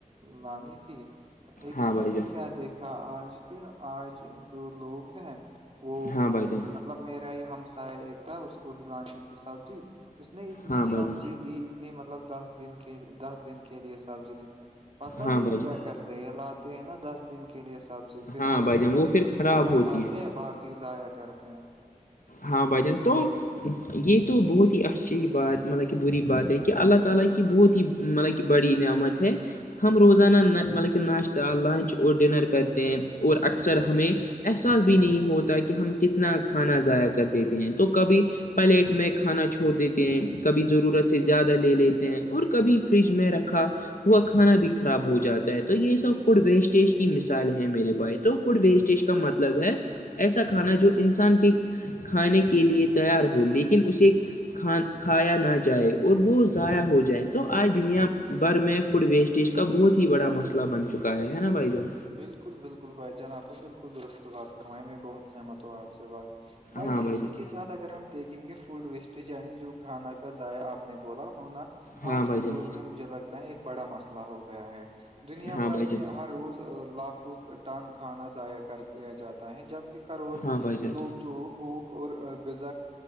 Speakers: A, on the right; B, on the left.
A: لانی تھی لیکن
B: ہاں
A: میں
B: بھائی
A: نے
B: جان
A: کیا دیکھا آج کے آج جو لوگ ہیں وہ
B: ہاں بھائی جان
A: مطلب میرا ہی ہمسا ایک تھا اس کو ب لانے کا سبزی اس نے اتنی
B: ہاں بھائی
A: سبزی
B: جان
A: لی نہیں مطلب دس دن کے دس دن کے لیے سبز لی پتا
B: ہاں
A: ہی
B: بھائی
A: یہ کیا
B: جان
A: کرتے ہیں لات ہیں نا دس دن کے لیے سبزی پھر
B: ہاں
A: جو
B: بھائی
A: مطلب
B: جان وہ پھر خراب
A: تھوڑا
B: ہوتی
A: کھاتے
B: ہے
A: ہیں باقی ضائع کرتے ج
B: ہاں بھجن تو یہ تو بہت ہی اچھی بات مطلب کہ بری بات ہے کہ اللہ تعالا کی بہت ہی مطلب کہ بڑی نعمت ہے ہم روزانہ مطلب کہ ناشتہ لنچ اور ڈنر کرتے ہیں اور اکثر ہمیں احساس بھی نہیں ہوتا کہ ہم کتنا کھانا ضائع کر دیتے ہیں تو کبھی پلیٹ میں کھانا چھوڑ دیتے ہیں کبھی ضرورت سے زیادہ لے لیتے ہیں اور کبھی فریج میں رکھا ہوا کھانا بھی خراب ہو جاتا ہے تو یہ سب فوڈ ویسٹیج کی مثال ہیں میرے بھائی تو فڈ ویسٹیج کا مطلب ہے ایسا کھانا جو انسان کے کھانے کے لیے تیار ہو لیکن اسے کھایا نہ جائے اور وہ ضائع ہو جائے تو آج دنیا بھر میں فوڈ ویسٹیج کا بہت ہی بڑا مسئلہ بن چکا ہے نا بھائی جان
A: بالکل بالکل بھائی جناب ج بالکل درست بات فرمائی میں بہت سہمت ہو آپ سے بھائی ب
B: ہاں
A: جائے
B: بھائی
A: اسی
B: جان
A: کی ساتھ اگر ہم دیکھیں گے فوڈ ویسٹیج یعنی جو کھانا کا ضائع آپ نے بولا ہونا
B: ہاں
A: آج
B: بھائی
A: کے
B: جان
A: دور میں مجھے لگتا ہے ایک بڑا مسئلہ ہو گیا ہے دنیا
B: ہاں
A: بھر
B: بھائی جان
A: میں ہر روز لاکھوں ٹن کھانا ضائع کر دیا جاتا ہے جب کروڑ
B: ہاں بھائی جان
A: لوگ جو بھوک اور غز